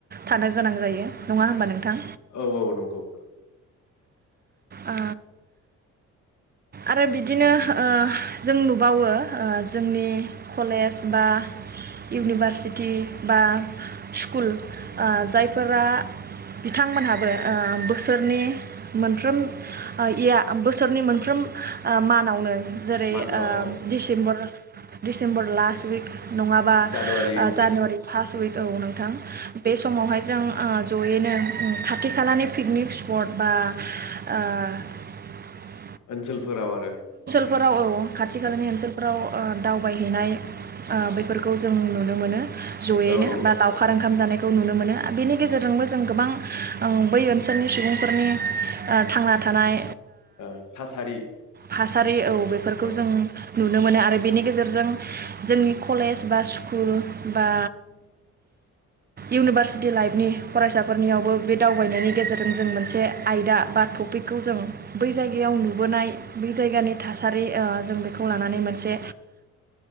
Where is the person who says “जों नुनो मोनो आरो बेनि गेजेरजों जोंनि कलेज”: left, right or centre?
Right